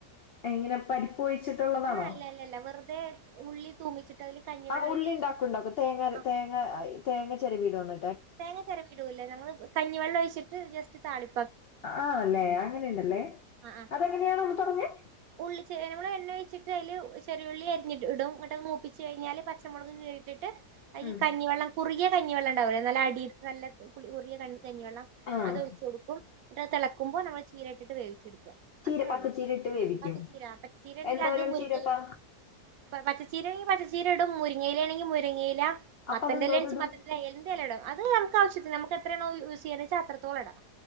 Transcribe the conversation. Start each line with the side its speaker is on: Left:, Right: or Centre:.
Left: എങ്ങനെ പരിപ്പൊഴിച്ചിട്ടുള്ളതാണോ
Right: അല്ല അല്ല അല്ല വെറുതെ ഉള്ളി തൂമിച്ചിട്ട് അതില് കഞ്ഞിവെള്ളം
Left: ആ ഉള്ളി
Right: ഒഴിച്ച്
Left: ഉണ്ടാക്കും ണ്ടാക്കും തേങ്ങ അര
Right: ആഹ്
Left: തേങ്ങ തേങ്ങ ചെറിയ വീട് വന്ന
Right: തേങ്ങ ചെരവി ഇടൂല്ല ഞങ്ങള് കഞ്ഞിവെള്ളം ഒഴിച്ചിട്ട് ജസ് താളി
Left: ആല്ലേ അങ്ങനെയുണ്ടല്ലേ
Right: ആഹ് ആഹ്
Left: അതെങ്ങനെയാണ് ഒന്ന് പറഞ്ഞേ
Right: ഉള്ളി നമ്മള് എണ്ണ ഒഴിച്ചിട്ട് അതില് ചെറിയുള്ളി അരിഞ്ഞിടും ഇടും അത് മൂപ്പിച് കഴിഞ്ഞാല് പ നമ്മളുക്ക് കേട്ടിട്ട് അ
Left: ഉം
Right: കഞ്ഞിവെള്ളം കുറിയ കഞ്ഞി വെള്ളം ണ്ടാവുലെ നല്ല അടിയിട്ട് നല്ല കുളി കുറിയ കണ് കഞ്ഞിവെള്ളം
Left: ആഹ്
Right: അതൊഴിച്ച് കൊടുക്കും എന്നിട്ട് അത് തെളക്കുമ്പോ നമ്മ ചീര ഇട്ട് വേവിചെടു
Left: ചീര
Right: അത്രേ
Left: പച്ചച്ചീര
Right: ഉള്ളൂ
Left: ഇട്ട് വേവിക്കും
Right: പച്ചചീര പച്ചച്ചീരണെങ്കിൽ
Left: എന്തോരം
Right: അത് മുരി
Left: ചീരപ്പാ
Right: പച്ചച്ചീര ആണെങ്കിൽ പച്ചച്ചീര ഇടും മുരി മുരിങ്ങയില ആണെങ്കിൽ മുരിങ്ങയില
Left: അപ്പൊ
Right: മത്തന്റെ
Left: അതെന്തോരം
Right: എലെണ് വെച്ച
Left: ഇടും
Right: മത്തന്റെ ഏത് അത് നമുക്ക് ആവശ്യത്തിന് നമക്ക് എത്രയാണോ യൂസ് ചെയ്യണെ വെച്ചാ അത്രത്തോളം ഇടാം